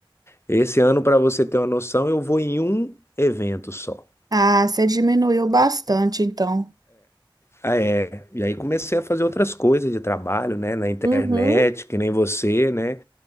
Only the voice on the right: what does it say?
Ah, você diminuiu bastante, então.
Uhum.